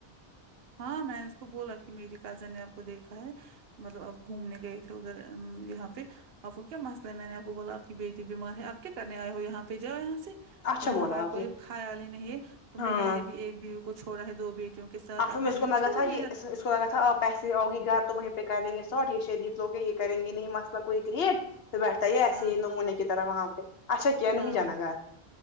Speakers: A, on the right; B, on the left.
A: ہاں میں نے اس کو بولا کہ میری کزن نے آپ کو دیکھا ہے مطلب آپ گھومنے گئے تھے ادھر ام یہاں پہ آپ کو کیا مسئلہ ہے میں نے آپ کو بولا آپ کی بیٹی بیمار ہے آپ کیا کرنے آئے ہو یہاں پہ جاؤ یہاں سے
B: اچھا
A: تمہیں
B: بولا
A: ہمارا
B: آپ
A: کوئی
B: نے
A: خیال ہی نہیں ہے تم
B: ہاں
A: نے پہلے بھی ایک بیوی کو چھوڑا ہے دو بیٹیوں کے ساتھ
B: اصل
A: اب
B: میں اس
A: ہمیں
B: کو
A: بھی
B: لگا
A: چھوڑو
B: تھا
A: گے
B: یہ
A: ادھر
B: اس کو لگا تھا آپ ہیں پھر آوگی گھر تو وہیں پہ کر لیں گے ساٹ یہ شریف لوے ہے یہ کریں گے نہیں مسئلہ کوئی کریٹ تو بیٹھتا ہے یہ ایسے
A: ہاں
B: ہی نمونے کی طرح وہاں پہ اچھا کیا
A: ہاں
B: نہیں جانا گھر